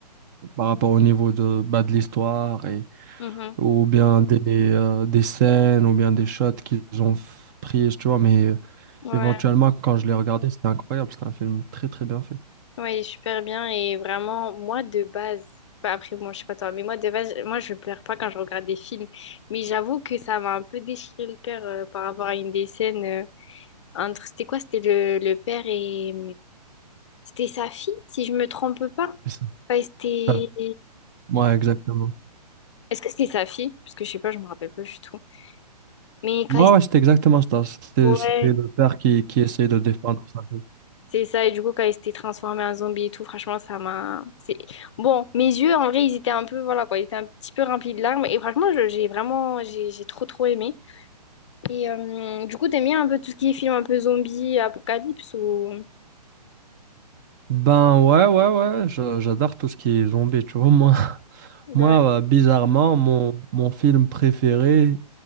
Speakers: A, on the right; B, on the left.
A: par rapport au niveau de, bah, de l'histoire et
B: mhm.
A: ou bien des, euh, des scènes ou bien des shots qu'ils ont f- pris, tu vois. Mais euh,
B: Ouais.
A: éventuellement, quand je l'ai regardé, c'était incroyable. C'était un film très très bien fait.
B: Ouais, il est super bien. Et vraiment, moi, de base, bah, après, bon, je sais pas toi, mais moi, de base, moi, je pleure pas quand je regarde des films. Mais j'avoue que ça m'a un peu déchiré le cœur euh, par rapport à une des scènes euh, entre, c'était quoi? C'était le, le père et C'était sa fille, si je me trompe pas.
A: C'est ça.
B: Quand il s'était-
A: Ça- Ouais, exactement.
B: Est-ce que c'était sa fille? Parce que je sais pas, je me rappelle pas du tout. Mais
A: Ouais,
B: quand il s'était...
A: ouais, c'était exactement ça. C'était
B: Ouais,
A: c'était le père qui, qui essayait de défendre sa vie.
B: c'est ça. Et du coup, quand il s'était transformé en zombie et tout, franchement, ça m'a... c'est- Bon, mes yeux, en vrai, ils étaient un peu... Voilà, quoi. Ils étaient un petit peu remplis de larmes. Et franchement, je- j'ai vraiment... J'ai j'ai trop, trop aimé. Et euh, du coup, t'aimes bien un peu tout ce qui est film un peu zombie, apocalypse ou...
A: Ben ouais, ouais, ouais. je- J'adore tout ce qui est zombie, tu vois, moi. <laughs>
B: Ouais.
A: Moi, euh, bizarrement, mon, mon film préféré,